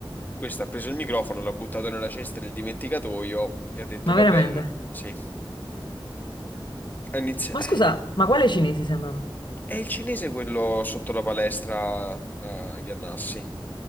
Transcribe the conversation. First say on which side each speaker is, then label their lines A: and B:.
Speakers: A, on the left (about 20°); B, on the left (about 65°).
A: Questo ha preso il microfono, l'ha buttato nella cesta del dimenticatoio e ha detto:
B: ma
A: Vabbè,
B: veramente?
A: lo- sì. Ha inizi-
B: Ma scusa,
A: eh,
B: ma quale cinese sei andato?
A: è il cinese quello sotto la palestra a Iannassi.